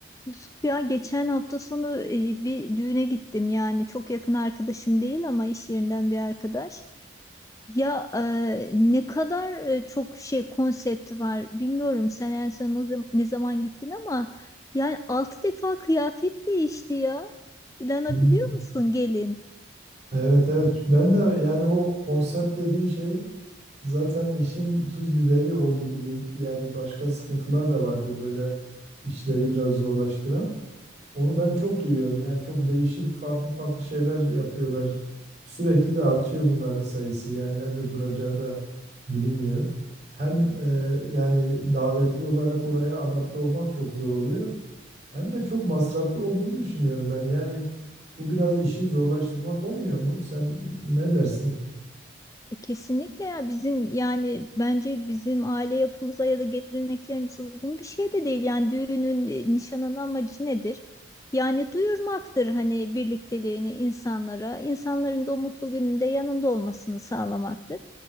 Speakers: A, on the left; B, on the right.
A: Yusuf ya geçen hafta sonu e, bir düğüne gittim yani çok yakın arkadaşım değil ama iş yerinden bir arkadaş. Ya e, ne kadar e, çok şey konsepti var bilmiyorum sen en son ne zam- ne zaman gittin ama yani altı defa kıyafet değişti ya. İnanabiliyor
B: Hmm.
A: musun gelin?
B: Evet evet ben de yani o konsept dediğin şey zaten işin tuz biberi oldu gibi yani başka sıkıntılar da vardı böyle işleri biraz zorlaştıran. Onu ben çok duyuyorum yani çok değişik farklı farklı şeyler yapıyorlar. Sürekli de artıyor bunların sayısı yani nerede duracağı da bilinmiyor. Hem e, yani davetli olarak oraya adapte olmak çok zor oluyor. Hem de çok masraflı olduğunu düşünüyorum ben. Yani bu biraz işi zorlaştırmak olmuyor mu? Sen ne dersin?
A: E, Kesinlikle ya bizim yani bence bizim aile yapımıza ya da geleneklerimize uygun bir şey de değil. Yani düğünün e, nişanın amacı nedir? Yani duyurmaktır hani birlikteliğini insanlara, insanların da o mutlu gününde yanında olmasını sağlamaktır.